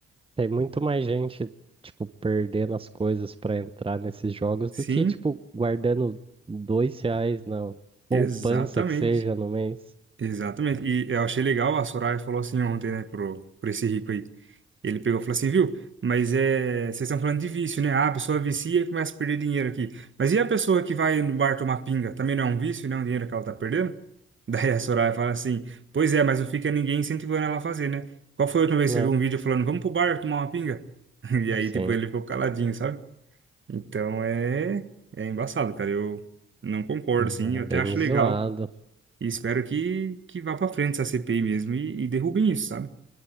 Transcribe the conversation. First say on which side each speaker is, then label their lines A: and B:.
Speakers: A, on the right; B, on the right.
A: Tem muito mais gente, tipo, perdendo as coisas pra entrar nesses jogos
B: Sim,
A: do que, tipo, guardando dois reais na poupança
B: exatamente.
A: que seja no mês,
B: Exatamente. E eu achei legal, a Soraya falou assim ontem, né, pro, pro esse rico aí. Ele pegou e falou assim, viu? Mas é, vocês estão falando de vício, né? Ah, a pessoa vicia e começa a perder dinheiro aqui. Mas e a pessoa que vai no bar tomar pinga? Também não é um vício, não é um dinheiro que ela tá perdendo? <laughs> Daí a Soraya fala assim, pois é, mas não fica ninguém incentivando ela a fazer, né? Qual foi a última vez
A: né?
B: que você viu um vídeo falando, vamos pro bar tomar uma pinga? <laughs> E aí,
A: Sim.
B: tipo, ele ficou caladinho, sabe? Então é, é embaçado, cara. Eu não concordo,
A: Hum,
B: assim.
A: É
B: Eu
A: bem
B: até acho
A: zoado.
B: legal e espero que, que vá pra frente essa CPI mesmo e, e derrubem isso, sabe?